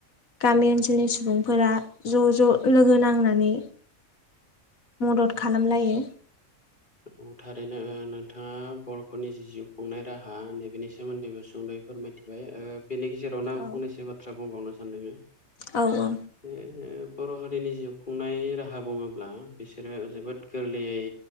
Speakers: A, on the left; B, on the left.
A: गामि ओनसोलनि सुबुं फोरा ज' ज' लोगो नांनानै मदद खालाम लायो।
B: औ थारैनो नोंथाङा बर'फोरनि जि जिउ खुंनाय राहा नैबेनि सोमोन्दैबो सुंद'यै फोरमायथि बाय ओ बेनि गेजेरावनो आं
A: औ
B: फंनैसो बाथ्रा बुंबावनो सानदोंङो
A: औ अ
B: जे जे बर' हारिनि जिउ खुंनाय राहा बुङोब्ला बिसोरो जोबोद गोरलैयै